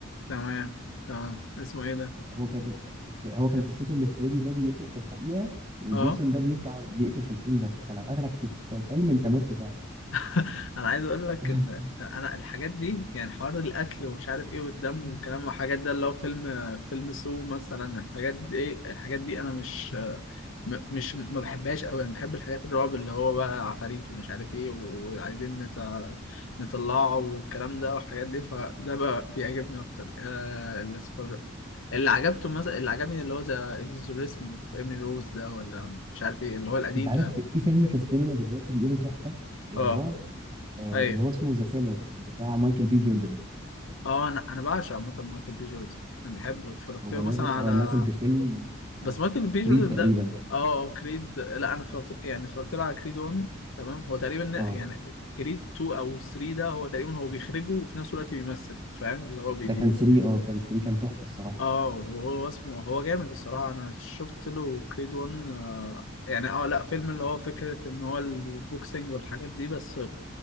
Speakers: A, on the left; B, on the right.
A: تمام تمام اسمه ايه ده
B: هو كانت فر- هو كان
A: يب.
B: قصته ان فريدي ده بيقتل في الحقيقه وجيسون
A: اه
B: ده بيطلع بيقتل في الحلم بس فلو قتلك في في الحلم انت مت فعلا
A: <laughs> انا عايز اقول لك
B: <laughs>
A: ان انا الحاجات دي يعني حوار الاكل ومش عارف ايه والدم والكلام والحاجات ده اللي هو فيلم فيلم سو مثلا الحاجات دي ايه الحاجات دي انا مش م- مش ما بحبهاش قوي انا بحب الحاجات الرعب اللي هو بقى عفاريت ومش عارف ايه و- وعايزين نت- نطلعه والكلام ده والحاجات دي فده بقى بيعجبني اكتر آه اللي اتفرج- اللي عجبته مثلا اللي عجبني اللي هو ذا اكزوريسم في ايمي روز ده ولا مش عارف ايه اللي هو القديم
B: انت عارف
A: ده
B: في فيلم في السينما دلوقتي بيقولوا تحفه آه،
A: اه
B: رعب آه،
A: ايوه
B: اللي هو اسمه ذا سينرز بتاع مايكل بي جوردن
A: اه انا انا بعشق عامه مايكل بي جوردن انا بحبه اتفرجت
B: هو
A: له
B: نازل
A: مثلا على
B: اه نازل بفيلم
A: بس
B: اه
A: مايكل بي جوردن
B: كريد تقريبا
A: ده اه كريد لا انا اتفرجت يعني اتفرجت له على كريد 1 تمام هو تقريبا
B: اه
A: يعني كريد 2 او 3 ده هو تقريبا هو بيخرجه وفي نفس الوقت بيمثل فاهم اللي هو بي
B: ده كان 3 اه كان 3 كان تحفة الصراحة
A: اه وهو اسمه هو جامد الصراحه انا شفت له كريد 1 آه يعني اه لا فيلم اللي هو فكره ان هو البوكسنج والحاجات دي بس